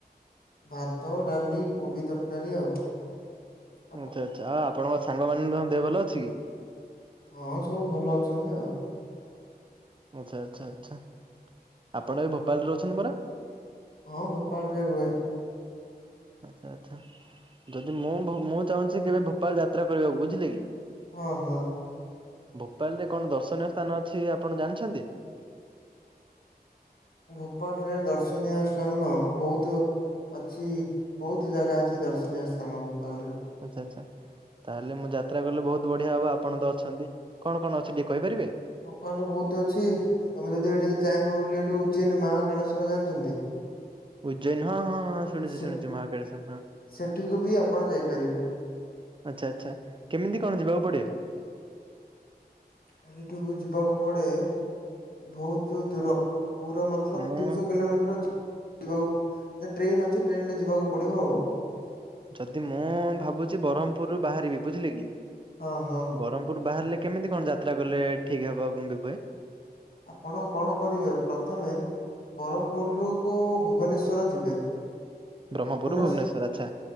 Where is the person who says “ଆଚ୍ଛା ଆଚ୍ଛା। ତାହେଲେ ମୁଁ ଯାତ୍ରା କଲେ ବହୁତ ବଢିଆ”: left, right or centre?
Right